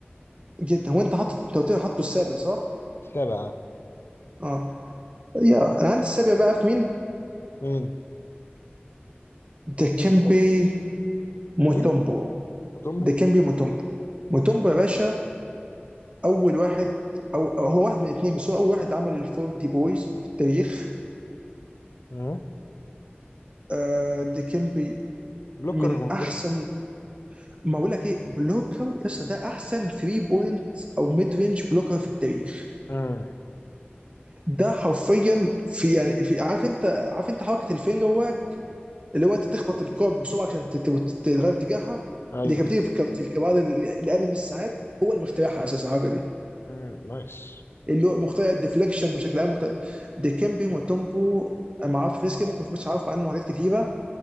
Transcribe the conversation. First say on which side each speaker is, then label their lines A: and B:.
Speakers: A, on the right; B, on the left.
A: جدا هو انت حاطط انت قلت لي حاطه السابع صح؟
B: تابع
A: اه يا انا عندي السابع بقى في مين؟
B: مين؟
A: ديكيمبي
B: مين استنى
A: موتومبو
B: مين؟ وتومبو؟
A: ديكيمبي موتومبو موتومبو يا باشا اول واحد او أو هو واحد من الاثنين بس هو اول واحد عمل الفور دي بويز في التاريخ
B: مم.
A: آه ديكيمبي
B: بلوكر
A: من احسن
B: جامد
A: ما اقول لك ايه بلوكر يا اسطى ده احسن 3 بوينت او ميد رينج بلوكر في التاريخ
B: مم.
A: ده حرفيا في يعني في عارف انت عارف انت حركه الفينجر اللي هو انت تخبط الكوب بسرعه عشان تت- تت- تغير اتجاهها
B: ايوه
A: اللي كانت
B: ايوه
A: بتيجي في الكارت- في الكوادر ال- الانمي الساعات هو اللي مخترعها اساسا الحركه دي
B: مم. نايس
A: اللي هو مخترع الديفليكشن بشكل عام مخترع ديكمبي وتومبو أنا ما اعرف ناس كده ممكن ما تكونش عارف عنه حاجات كتيره